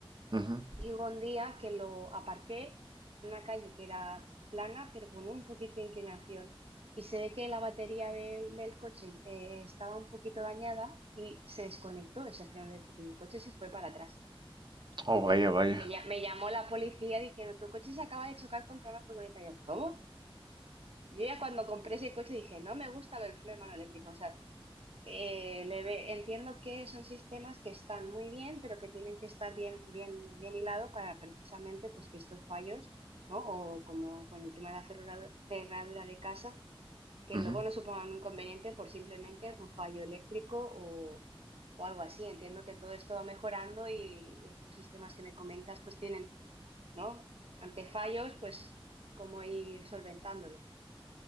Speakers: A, on the right; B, on the right.
A: Ujú.
B: y hubo un día que lo aparqué en una calle que era plana pero con un poquito de inclinación y se ve que la batería del, del coche eh, estaba un poquito dañada y se desconectó ese freno eléctrico y el coche se fue para atrás.
A: Oh, vaya, vaya.
B: Y me, lla- me llamó la policía diciendo, tu coche se acaba de chocar contra una furgoneta. Y yo, ¿cómo? Yo ya cuando compré ese coche dije, no me gusta lo del freno de mano eléctrico. O sea, eh, le ve- entiendo que son sistemas que están muy bien, pero que tienen que estar bien, bien, bien hilado para precisamente pues, que estos fallos, ¿no? O como con el tema de la cerradura, cerradura de casa, que
A: Ujú.
B: luego no supongan un inconveniente por simplemente un fallo eléctrico o, o algo así. Entiendo que todo esto va mejorando y estos sistemas que me comentas pues tienen ¿no? Ante fallos, pues, cómo ir solventándolo.